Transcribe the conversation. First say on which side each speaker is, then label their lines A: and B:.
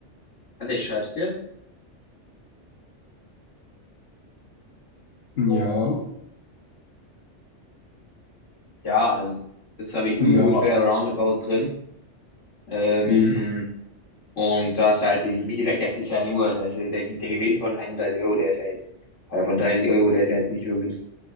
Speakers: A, on the left; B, on the left.
A: warte, ich schreib's dir.
B: Ja,
A: Ja, also das habe ich ungefähr
B: ja,
A: roundabout drin. Ähm,
B: ja,
A: und das halt, wie gesagt, das ist ja nur, das ist der, der Gewinn von 31 Euro, der ist ja jetzt, oder von 30 Euro, der ist ja jetzt nicht wirklich